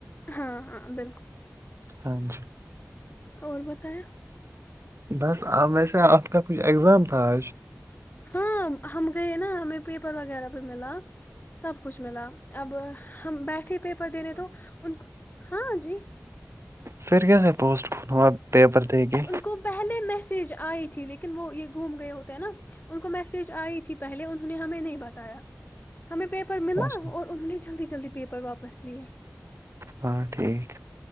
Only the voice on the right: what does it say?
ہاں جی
بس ویسے آپ کا کوئی ایگزام تھا آج
پھر کیسے پوسٹ ہوا پیپر دے کے
اچھا
ہاں ٹھیک ہے